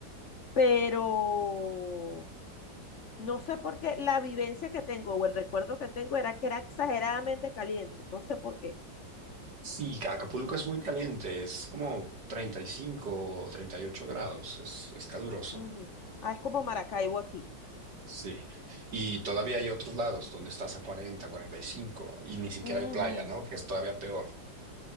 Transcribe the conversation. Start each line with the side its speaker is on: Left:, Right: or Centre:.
Left: Pero no sé por qué la vivencia que tengo o el recuerdo que tengo era que era exageradamente caliente. No sé por qué.
Right: Sí, Ca- Acapulco es muy caliente, es como 35 o 38 grados, es, es caluroso.
Left: Ujú. Ah, es como Maracaibo aquí.
Right: Sí. Y todavía hay otros lados donde estás a cuarenta, cuarenta y cinco, y ni siquiera
Left: Ujú.
Right: hay playa, ¿no? Que es todavía peor.